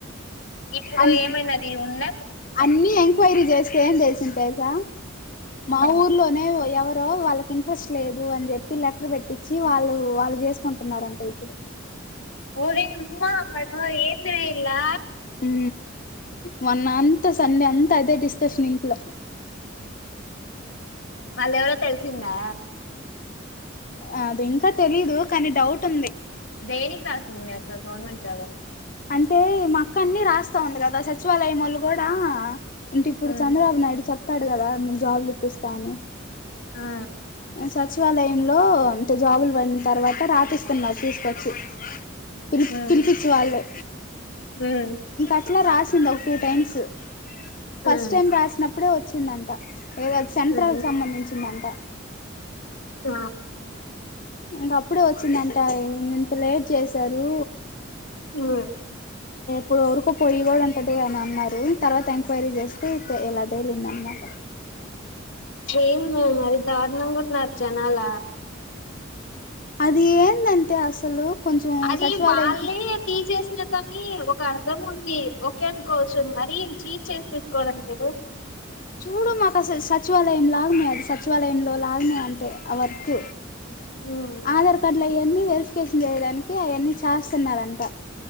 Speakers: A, on the left; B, on the left.
A: ఇప్పుడు
B: అన్
A: ఏమైనది ఉన్న
B: అన్ని ఎంక్వైరీ ఈ రోజు ఏం చేసిందో తెలుసా మా ఊర్లోనే ఎవరో వాళ్ళకి ఇంట్రెస్ట్ లేదు అని చెప్పి లెటర్ పెట్టించి వాళ్ళు వాళ్ళు చేసుకుంటున్నారంట ఇప్పుడు
A: ఊరి ఉమ్మా బా ఏందిన వీల్లా
B: ఉ మొన్న అంత సండే అంత అదే డిస్కషన్ ఇంట్లో
A: వాళ్ళెవరో తెలిసిందా
B: అది ఇంకా తెలీదు కానీ డౌట్ ఉంది
A: దేనికి రాసింది మీ అక్క గవర్నమెంట్ జాబా
B: అంటే మా అక్క అన్ని రాస్తా ఉంది కదా సచివాలయం వాళ్ళు కూడా అంటే ఇప్పుడు
A: ఆ
B: చంద్రబాబు నాయుడు చెప్ప చెప్పాడు కదా నేను జాబులు ఇప్పిస్తాని
A: ఆ
B: సచివాలయంలో అంటే జాబులు పడిన తర్వాత రాపిస్తున్నారు తీసుకొచ్చి తిరి
A: ఉమ్.
B: తిరిపించే వాళ్లే
A: హ్మ్
B: అట్లా రాసింది ఒక two times
A: hmm
B: first time రాసినప్పుడే వచ్చి చ్చిందంట ఏదో సెంట్రల్
A: హ్మ్
B: సంబంధించిందంట
A: ఆ
B: ఇంక అప్పుడే వచ్చిందంట ఇంత లేట్ చేసారు
A: ఆ
B: ఇప్పుడు వరుకు పొయ్యి గూడా ఉంటది అని అన్నారు తర్వాత ఎంక్వైరీ చేస్తే ఇలా తేలింద అనమాట
A: ఏం చేయను దారుణంగా ఉన్నారు జనాల
B: అది ఏందంతే అసలు కొంచెం
A: అది
B: సచివాలయం
A: వాళ్లే తీసేసి <unintelligible> ఒక అర్ధం ఉంది ఓకే అనుకోవచ్చు మరీ చీట్ చేసి తీసుకోవడం మీరు
B: చూడు మాకు అసలు సచివాలయం లాగనే అది సచివాలయంలో లాగనే అంటే ఆ వర్క్
A: హ్మ్
B: ఆధార్ కార్డుల అయ్యాన్ని వెరిఫికేషన్ జేయడానికి అవన్నీ చేస్తన్నారంట